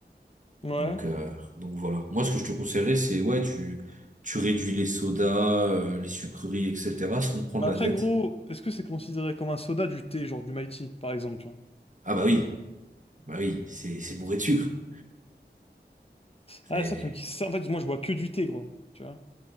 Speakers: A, on the left; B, on the right.
A: ouais. Ouais.
B: Donc, euh, donc voilà. Moi, ce que je te conseillerais, c'est, ouais, tu, tu réduis les sodas, euh, les sucreries, etc., sans te prendre
A: Mais après,
B: la tête.
A: gros, est-ce que c'est considéré comme un soda du thé, genre du Mighty, par exemple,
B: Ah bah oui, bah oui, c'est, c'est bourré de sucre. C'est,
A: Ah, c'est ça qui me... ça, En fait, moi, je bois que du thé, gros. Tu vois?